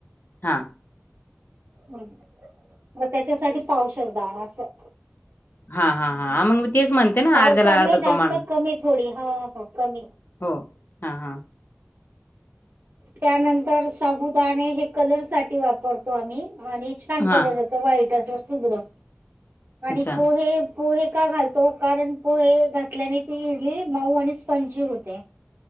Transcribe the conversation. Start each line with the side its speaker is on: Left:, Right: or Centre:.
Left: हा
Right: ह् मग त्याच्यासाठी पावसर द असं
Left: हा हा हा मग म तेच म्हणते ना
Right: पावसावर
Left: अर्ध्याला अर्ध
Right: नाही जास्त
Left: प्रमाण
Right: कमी थोडी ह कमी
Left: हो हा हा
Right: त्यानंतर साबुदाणे हे कलर साठी वापरतो आम्ही आणि छान कलरो
Left: हा
Right: वाईट शु्र आणि
Left: अच्छा
Right: पोहे पोहे का घाल तो कारण पोहे घातल्याने ती इडली माऊ आणि स्पंजी होते